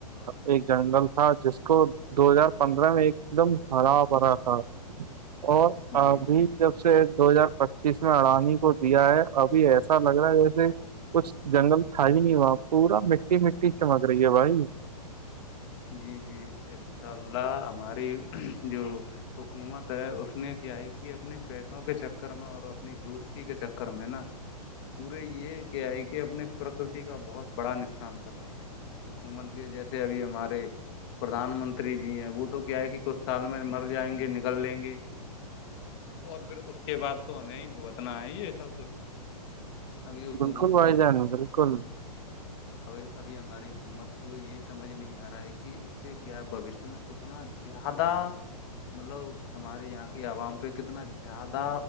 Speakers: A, on the right; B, on the left.
A: ایک جنگل تھا جس کو دو ہزار پندرہ میں ایک دم بھرا پھرا تھا اور
B: جی
A: ابھی
B: جی
A: جب سے دو ہزار پچیس میں اڑانی کو دیا ہے ابھی ایسا لگ رہا ہے جیسے کچھ جنگل تھا ہی نہیں ہوا پورا مٹی مٹی چمک رہی ہے بھائی
B: جی جی انشاء اللہ ہماری جو حکومت ہے اس نے کیا ہے کہ اپنے پیسوں کے چکر میں اور اپنی دوستی کے چکر میں نا پورے یہ کہ آئے کہ اپنے پرکرتی کا بہت بڑا نقصان کر رہے ہیں حکومت کے جیسے ابھی ہمارے پردھان منتری جی ہیں وہ تو کیا ہے کہ کچھ سال میں مر جائیں گے نکل لیں گے اور پھر اس کے بعد تو ہمیں ہی بھگتنا ہے یہ سب کچھ ابھی حکومت
A: بالکل بھائی جان بالکل
B: ا ابھی ہماری حکومت کو یہ سمجھ نہیں آ رہا ہے کہ اس سے کیا بوشیہ میں کتنا زیادہ مطلب ہمارے یہاں کی عوام پہ کتنا زیادہ